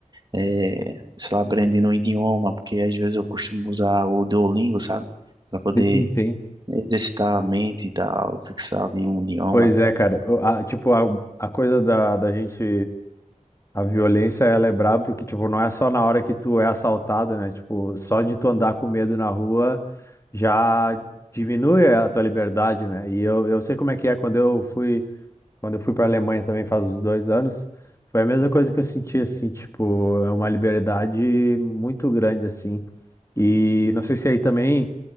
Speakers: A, on the right; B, on the left.
A: eh, sei lá, aprendendo um idioma, porque às vezes eu costumo usar o Duolingo, sabe? Para poder
B: Sim, sim.
A: exercitar a mente e tal, fixar ali um idioma.
B: Pois é, cara. O- a- tipo, a, a coisa da, da gente. A violência, ela é braba porque, tipo, não é só na hora que tu é assaltado, né? Tipo, só de tu andar com medo na rua já diminui a tua liberdade, né? E eu, eu sei como é que é quando eu fui, quando eu fui pra Alemanha também faz uns dois anos, foi a mesma coisa que eu senti, assim, tipo, é uma liberdade muito grande, assim. E não sei se aí também